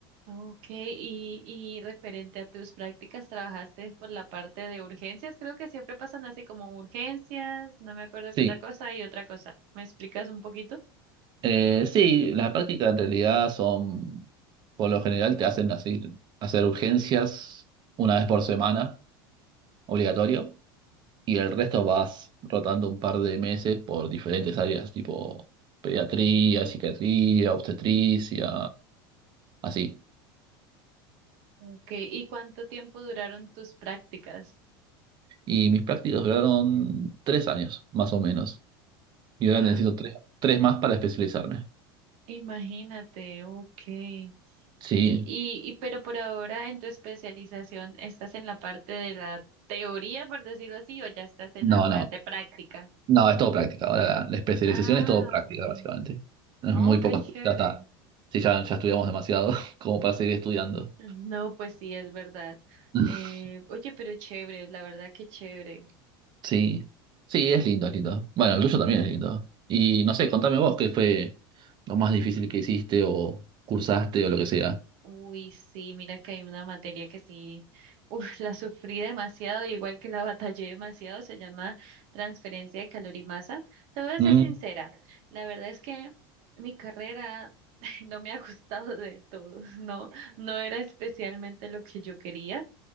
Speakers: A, on the right; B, on the right.
A: Ok, y, y referente a tus prácticas, trabajaste por la parte de urgencias, creo que siempre pasan así como urgencias, no me acuerdo
B: Sí,
A: qué otra cosa y otra cosa. ¿Me explicas un poquito?
B: eh, sí, las prácticas en realidad son, por lo general te hacen así, hacer urgencias una vez por semana, obligatorio. Y el resto vas rotando un par de meses por diferentes áreas, tipo pediatría, psiquiatría, obstetricia, así.
A: Ok, ¿y cuánto tiempo duraron tus prácticas?
B: Y mis prácticas duraron tres años, más o menos. Y ahora
A: Ah,
B: necesito tres, tres más para especializarme.
A: imagínate, ok. Y,
B: Sí,
A: y, y, pero por ahora en tu especialización, ¿estás en la parte de la teoría, por decirlo así, o ya estás en
B: no,
A: la parte
B: no,
A: práctica?
B: no, es todo práctica. Ahora la, la especialización
A: Ah,
B: es todo práctica,
A: okay.
B: básicamente. Es
A: Oh,
B: muy poco,
A: qué chévere.
B: estu- ya está. Sí, ya, ya estudiamos demasiado <laughs> como para seguir estudiando.
A: No, pues sí, es verdad.
B: <laughs>
A: Eh, oye, pero chévere, la verdad que chévere.
B: Sí, sí, es lindo, es lindo. Bueno, el tuyo también es lindo. Y no sé, contame vos qué fue lo más difícil que hiciste o cursaste o lo que sea.
A: Uy, sí, mira que hay una materia que sí, uf, la sufrí demasiado, igual que la batallé demasiado, se llama transferencia de calor y masa. Te voy a
B: Mm,
A: ser sincera, la verdad es que mi carrera <laughs> no me ha gustado del todo, <laughs> no, no era especialmente lo que yo quería.